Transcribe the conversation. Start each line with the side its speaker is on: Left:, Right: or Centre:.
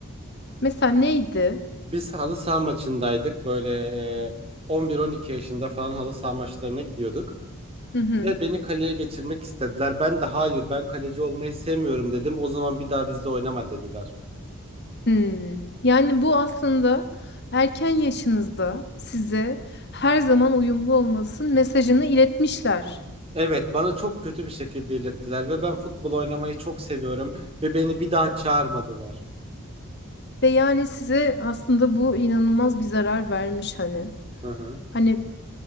Left: Mesela neydi?
Right: Biz halı saha maçındaydık. Böyle e, 11-12 yaşında falan halı saha maçlarına gidiyorduk.
Left: Hı hı.
Right: Ve beni kaleye geçirmek istediler. Ben de hayır ben kaleci olmayı sevmiyorum dedim. O zaman bir daha bizle oynama dediler.
Left: Hmm. Yani bu aslında erken yaşınızda size her zaman uyumlu olmalısın mesajını iletmişler.
Right: Evet bana çok kötü bir şekilde ilettiler ve ben futbol oynamayı çok seviyorum ve beni bir daha çağırmadılar.
Left: Ve yani size aslında bu inanılmaz bir zarar vermiş hani.
Right: Hı hı.
Left: Hani